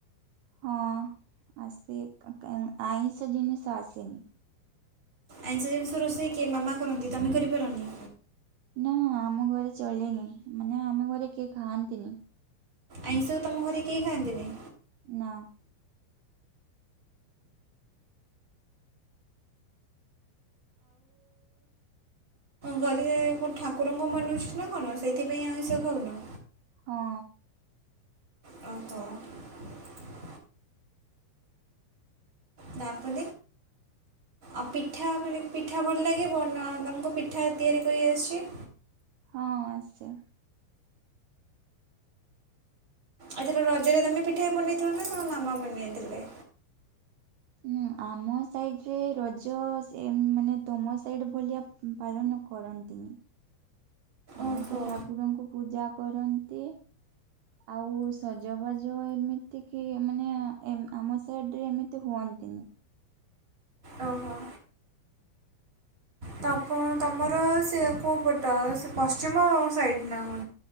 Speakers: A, on the right; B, on the right.
A: ହଁ ଆସେ ଆଇଁଷ ଜିନିଷ ଆସେନି
B: ଆଇଁଷ ଜିନିଷ ରୋଷେଇ କି ମାମା କରନ୍ତି ତମେ କରିପାରନି
A: ନା ଆମ ଘରେ ଚଲେନି ମାନେ ଆମ ଘରେ କିଏ ଖାଆନ୍ତିନି
B: ଆଇଁଷକୁ ତମ ଘରେ କେହି ଖାଆନ୍ତିନି
A: ନା
B: ଘରେଉ ଠାକୁରଙ୍କ ମନେ ଅଛି ନା କଣ ସେଇଥିପାଇଁ ଆଉଷ ଖାଉନ
A: ହଁ
B: ହ ତ <unintelligible> ତାପ ଆଉ ପିଠା ମାନେ ପିଠା ଭଲ ଲାଗେ ବ ତମକୁ ପିଠା ତିଆରି କରିଆସିଛି
A: ହଁ ଆଛ
B: ଏଉଥର ରଜରେ ତମେ ପିଠା ବନେଇଥିଲ ନା ତମ ମାମା ବନେଇଥିଲେ
A: ହୁଁ ଆମ ସାଇଡ ରେ ରଜ ମାନେ ତମ ସାଇଡ ଭଳିଆ ପାଳନ କରନ୍ତିନ୍ତି ଏମିତି
B: ଓହୋ
A: ଠାକୁରଙ୍କୁ ପୂଜା କରନ୍ତି ଆଉ ସଜବାଜ ଏମିତି କି ମାନେ ଆମ ସାଇଡ ରେ ଏମିତି ହୁଅନି ଟନି <unintelligible> <inaudible>
B: ଓହୋ ତ ତମର ସେ କୋଉଁ ପଟ ସେ ପଶ୍ଚିମ ସାଇଡ଼୍ ନା କୁ